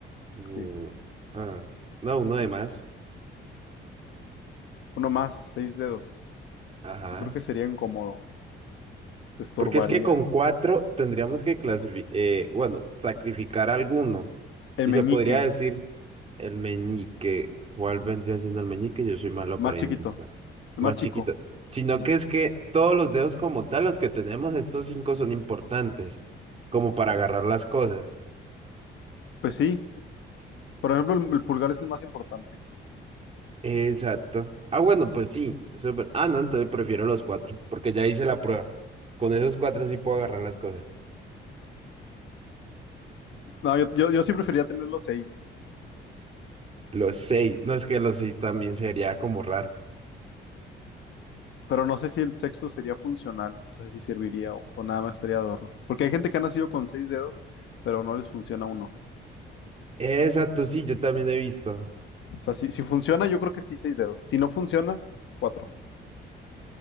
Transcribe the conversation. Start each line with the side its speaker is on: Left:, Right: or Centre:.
Right: Mm,
Left: Sí,
Right: ah, no, uno de más.
Left: uno más, seis dedos.
Right: Ajá.
Left: Yo creo que sería incómodo, te estorbaría.
Right: Porque es que con cuatro tendríamos que clasificar, bueno, sacrificar alguno.
Left: El
Right: Y
Left: meñique,
Right: se podría
Left: el
Right: decir el meñique. ¿Cuál vendría siendo el meñique? Yo soy malo
Left: más
Right: para
Left: chiquito,
Right: identificar.
Left: el
Right: Más
Left: más chico.
Right: chiquito. Sino
Left: Sí.
Right: que es que todos los dedos como tal, los que tenemos, estos cinco son importantes, como para agarrar las cosas.
Left: Pues sí, Por ejemplo, el, el pulgar es el más importante.
Right: Exacto. Ah, bueno, pues sí. Eso es ver- Ah, no, entonces prefiero los cuatro, porque ya hice la prueba. Con esos cuatro sí puedo agarrar las cosas.
Left: No, yo, yo, yo sí prefería tener los seis,
Right: Los seis. No es que los seis también sería como raro.
Left: pero no sé si el sexto sería funcional, o sea, si serviría o, o nada más sería adorno. Porque hay gente que ha nacido con seis dedos, pero no les funciona uno.
Right: Exacto, sí, yo también he visto.
Left: O sea, si, si funciona, yo creo que sí, seis dedos. Si no funciona, cuatro.